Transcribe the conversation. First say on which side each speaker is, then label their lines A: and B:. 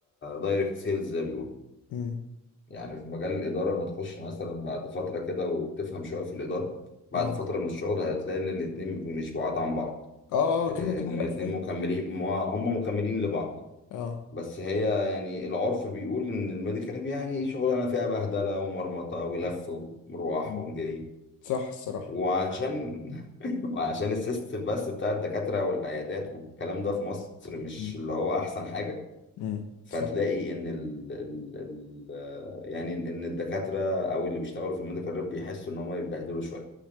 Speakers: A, on the left; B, on the left.
A: دايركت سيلز زي ما بيقولوا
B: مم.
A: يعني في مجال الإدارة لما تخش مثلا بعد فترة كده وبتفهم شوية في الإدارة بعد
B: اه
A: فترة من الشغل هتلاقي إن الاتنين مش بعاد عن بعض
B: اه آه، كده
A: آه،
B: كده
A: هما
B: لا
A: الاتنين
B: فاهم
A: مكملين ما- هما مكملين لبعض
B: اه
A: بس هي يعني العرف بيقول إن الميديكال يعني شغلانة فيها بهدلة ومرمطة ولف ومروح
B: مم.
A: ومجري
B: صح الصراحه
A: وعشان <laughs> وعشان السيستم بس بتاع الدكاترة والعيادات والكلام ده في مصر مش
B: مم.
A: اللي هو أحسن حاجة
B: مم.
A: فتلاقي
B: صح
A: ان ال ال ال آه، يعني ان الدكاتره او اللي بيشتغلوا في الميديكال ريب بيحسوا ان هم يتبهدلوا شويه